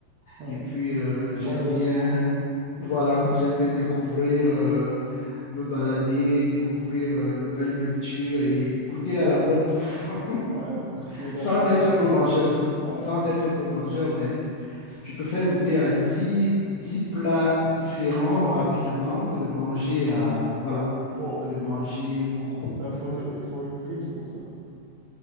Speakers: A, on the right (about 75°); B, on the left (about 65°).
A: ouais,
B: Et puis, euh, j'aime
A: malheureusement.
B: bien, voilà, j'aime bien découvrir, euh, me balader, découvrir euh, de nouvelles cultures et goûter à la bonne bouffe
A: Ouais, donc tout
B: <laughs>
A: ce qui est gastronomie
B: sans être un gros
A: et tout.
B: mangeur.
A: Ouais,
B: Sans être un gros mangeur, mais Je préfère goûter à dix dix plats différents
A: wow,
B: rapidement que de manger à, voilà,
A: wow.
B: que de manger beaucoup.
A: Ben, faut, te- il faut être riche pour ça.